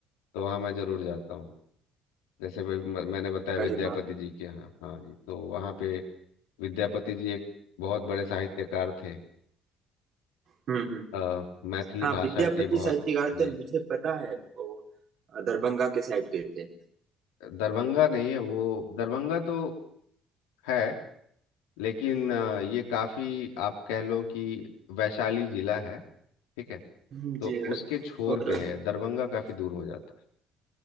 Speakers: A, on the left; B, on the right.
A: तो वहाँ मैं ज़रूर जाता हूँ जैसे भाई म- मैंने बताया विद्यापति
B: अरे वाह!
A: जी के यहाँ हाँ जी तो वहाँ पे विद्यापति जी एक बहुत बड़े साहित्यकार थे
B: हुँ, हुँ।
A: अ, मैथिली
B: हाँ,
A: भाषा
B: विद्यापति
A: के बहुत
B: साहित्यकार
A: जी
B: थे, मुझे पता है वो अ, दरभंगा के साइड के थे।
A: दरभंगा नहीं है वो दरभंगा तो है लेकिन
B: हाँ,
A: अ,
B: हाँ।
A: ये काफी आप कह लो कि वैशाली जिला है ठीक है
B: हुँ,
A: तो
B: जी
A: उसके छोर
B: और
A: पे है दरभंगा काफी दूर हो जाता है